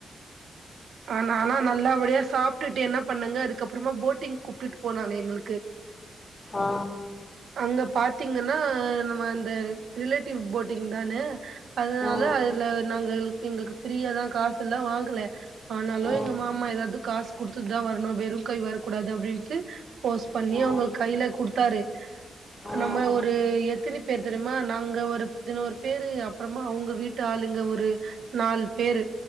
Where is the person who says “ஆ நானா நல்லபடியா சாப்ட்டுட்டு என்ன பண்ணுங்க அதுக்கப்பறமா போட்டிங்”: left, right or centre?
Right